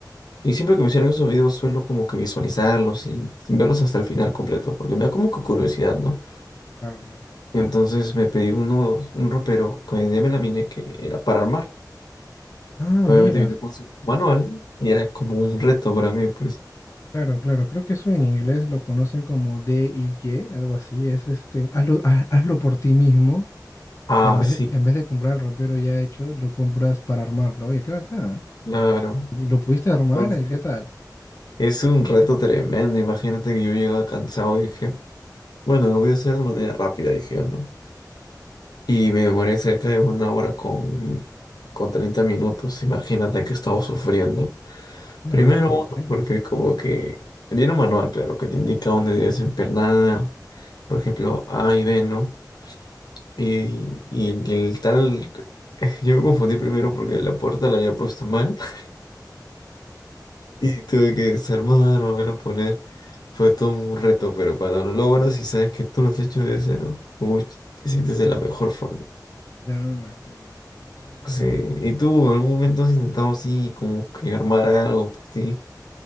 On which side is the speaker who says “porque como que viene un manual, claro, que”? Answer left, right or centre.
Left